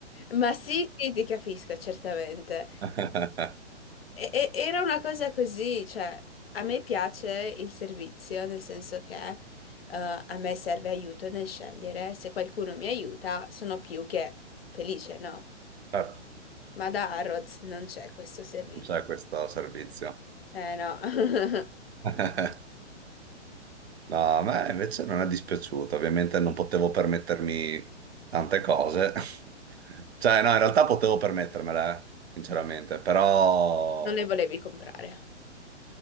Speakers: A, on the left; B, on the right.
A: Ma sì, sì, ti capisco, certamente.
B: <laughs>
A: E- e- era una cosa così, cioè, a me piace il servizio, nel senso che eh, a me serve aiuto nel scegliere, se qualcuno mi aiuta sono più che felice, no?
B: Certo,
A: Ma da Harrods non c'è questo servizio.
B: non c'è questo servizio.
A: Eh no, <laughs>
B: <laughs> No, a me invece non è dispiaciuto, ovviamente non potevo permettermi tante cose. <laughs> Cioè, no, in realtà potevo permettermele, eh, sinceramente, però
A: non le volevi comprare.